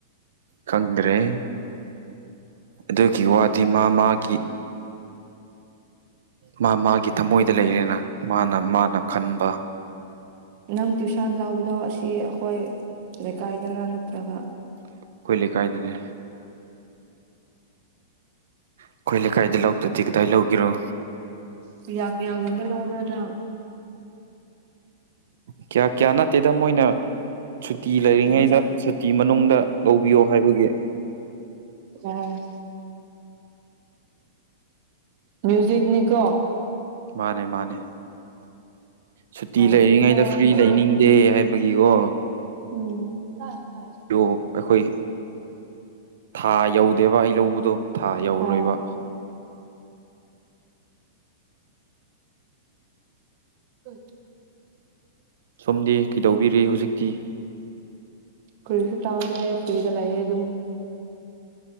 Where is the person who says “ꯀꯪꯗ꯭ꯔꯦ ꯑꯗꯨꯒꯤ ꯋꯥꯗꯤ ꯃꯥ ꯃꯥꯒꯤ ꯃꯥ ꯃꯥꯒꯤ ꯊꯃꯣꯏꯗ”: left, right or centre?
Right